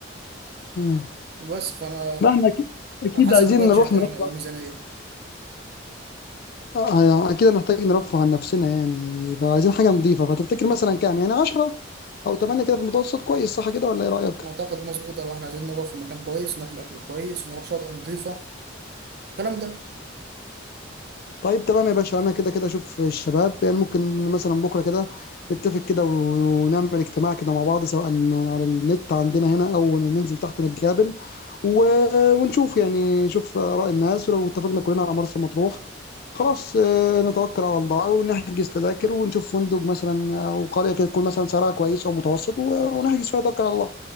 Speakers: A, on the left (about 50°); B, on the right (about 55°).
A: مم.
B: بس فانا
A: لا احنا اكيد اكيد
B: على حسب
A: عايزين
B: البادجت
A: نروح نروح
B: يعني او الميزانيه
A: آه، آه، يعني اكيد هنحتاج نرفه عن نفسنا يعني فعايزين حاجه نظيفه فتفتكر مثلا كام يعني 10 او 8 كده في المتوسط كويس صح كده ولا ايه رايك
B: اعتقد مظبوطه لو احنا عايزين نقعد في مكان كويس ناكل اكل كويس نروح شاطئ نظيفه الكلام ده
A: طيب تمام يا باشا انا كده كده اشوف الشباب يعني ممكن مثلا بكره كده نتفق كده ونعمل اجتماع كده مع بعض سواء على النت عندنا هنا او ننزل تحت ونتقابل و... ونشوف يعني نشوف آراء الناس ولو اتفقنا كلنا على مرسى مطروح خلاص آه، نتوكل على الله ونحجز تذاكر ونشوف فندق مثلا آه، او قريه كده تكون مثلا سعرها كويس او متوسط و- ونحجز فيها نتوكل على الله